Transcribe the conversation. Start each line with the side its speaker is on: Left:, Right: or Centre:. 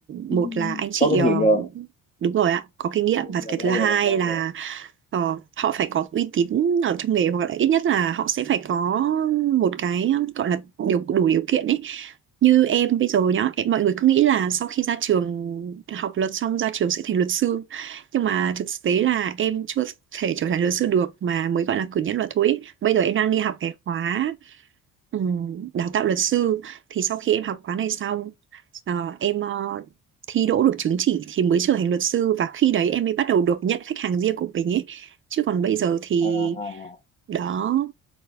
Left: Ừ,
Right: một là anh chị
Left: có kinh
Right: ờ,
Left: nghiệm rồi
Right: đúng rồi ạ có kinh nghiệm và
Left: làm
Right: cái
Left: lâu
Right: thứ hai
Left: rồi làm lâu
Right: là
Left: rồi
Right: ờ, họ phải có uy tín ở trong nghề hoặc là ít nhất là họ sẽ phải có một cái gọi là điều đủ điều kiện ấy như em bây giờ nhá em mọi người cứ nghĩ là sau khi ra trường học luật xong ra trường sẽ thành luật sư nhưng mà thực tế là em chưa thể trở thành luật sư được mà mới gọi là cử nhân luật thôi ấy. bây giờ em đang đi học cái khóa Ừ, đào tạo luật sư thì sau khi em học khóa này xong ờ, em ờ, thi đỗ được chứng chỉ thì mới trở thành luật sư và khi đấy em mới bắt đầu được nhận khách hàng riêng của mình ấy chứ còn bây giờ thì
Left: à, à.
Right: đó